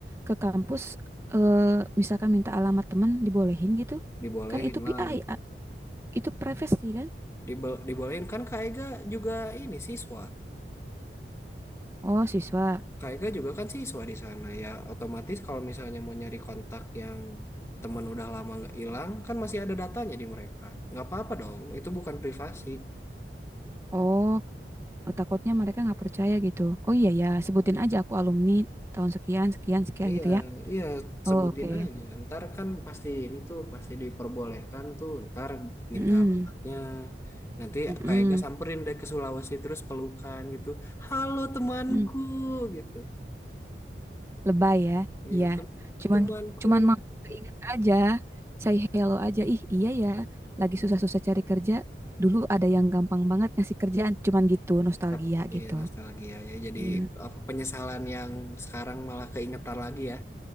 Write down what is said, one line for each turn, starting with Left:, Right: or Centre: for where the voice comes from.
Right: ke kampus eh, misalkan minta alamat teman dibolehin gitu?
Left: dibolehin
Right: Kan itu
Left: lah
Right: PI, A- itu privasi kan?
Left: Dibo- dibolehin kan Kak Ega juga ini siswa
Right: Oh, siswa.
Left: Kak Ega juga kan siswa di sana ya otomatis kalau misalnya mau nyari kontak yang teman udah lama nggak hilang kan masih ada datanya di mereka nggak apa-apa dong itu bukan privasi
Right: Oh, oh, takutnya mereka nggak percaya gitu. Oh iya ya, sebutin aja aku alumni tahun sekian, sekian, sekian
Left: Iya,
Right: gitu ya.
Left: iya
Right: Oh,
Left: sebutin
Right: oke.
Left: aja. Ntar kan pasti ini tuh pasti diperbolehkan tuh. Ntar minta
Right: Mm-mm.
Left: alamatnya. Nanti
Right: Mm-mm.
Left: kayak gak samperin deh ke Sulawesi terus pelukan gitu. Halo temanku
Right: Mm.
Left: gitu.
Right: Lebay ya.
Left: Iya,
Right: Iya.
Left: tem-
Right: Cuman
Left: temanku
Right: cuman mau keinget aja. Say hello aja. Ih, iya ya. Lagi susah-susah cari kerja. Dulu ada yang gampang banget ngasih kerjaan. Cuman gitu, nostalgia
Left: Ntar, Iya
Right: gitu.
Left: nostalgia ya jadi
Right: Iya.
Left: apa penyesalan yang sekarang malah keingetan lagi ya